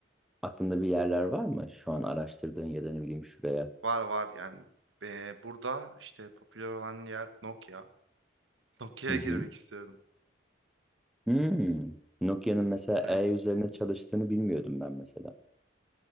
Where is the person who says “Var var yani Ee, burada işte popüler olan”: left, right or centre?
Right